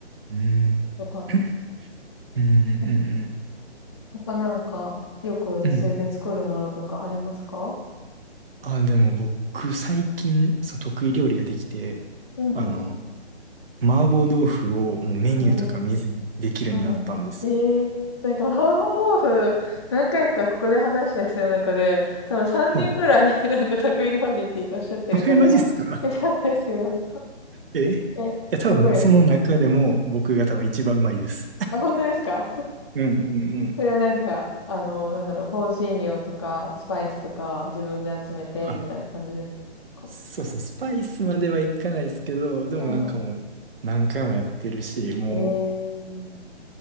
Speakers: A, on the right (about 55°); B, on the left (about 25°).
A: うん。
B: よかった。
A: <laughs> うんう
B: お
A: ん
B: 他なんか、よく自炊で作るものとかありますか
A: うんうん。うん。あ、でも僕、最近、そう、得意料理ができて、
B: うんうん。
A: あの、麻婆豆腐をもうメニューとか見ずにできるようになったんですよ。
B: うん。うんうん。ええー、なんか、麻婆豆腐、何回かここで話した人の中で、多分3人くらい、
A: はい。
B: <laughs> なんか得意料理っておっしゃってる方がいたんですけど。
A: <laughs> えマジっすかえいや、
B: え、
A: 多分、
B: すごいですね。
A: その中でも僕が多分一番うまいです。
B: あ、本当ですか
A: うんうんうん。
B: それはなんか、あの、なんだろう、香辛料とか、スパイスとか、自分で集めて、
A: あ、
B: みたいな感じですか
A: そうですね。スパイスまではいかないですけど、でもなんかもう何回もやってるし、
B: うん
A: も
B: うん。ええ